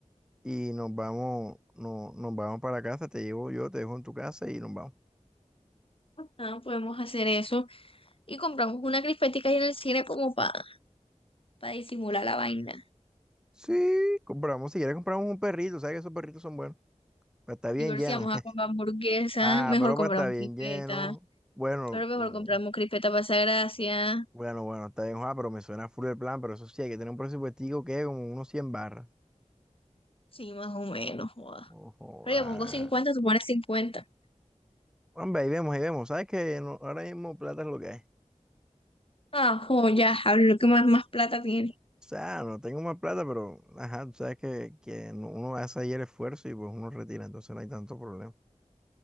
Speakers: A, in the centre; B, on the left.
A: y nos vamos, no, nos vamos para casa, te llevo yo, te dejo en tu casa y nos vamos.
B: Ah, podemos hacer eso y compramos una crispetica ahí en el cine como para disimular la vaina.
A: Sí, compramos, si quieres compramos un perrito, sabes que esos perritos son buenos, pero está bien
B: Y ver
A: lleno.
B: si vamos
A: <laughs>
B: a comprar hamburguesa,
A: Ah,
B: mejor
A: pero
B: compramos
A: para estar bien
B: crispeta,
A: lleno. Bueno,
B: pero mejor
A: mm,
B: compramos crispeta para esa gracia.
A: bueno, bueno, está bien, ah, pero me suena full el plan, pero eso sí, hay que tener un presupuestico que es como unos 100 barras.
B: Sí, más o menos, joda.
A: Ojo,
B: Pero
A: ah.
B: yo pongo cincuenta tú pones cincuenta
A: Hombre, ahí vemos, ahí vemos, sabes que no- ahora mismo plata es lo que hay.
B: Ah, joya, a ver lo que más, más plata tiene.
A: O sea, no tengo más plata, pero, ajá, tú sabes que, que no- uno hace ahí el esfuerzo y pues uno retira, entonces no hay tanto problema.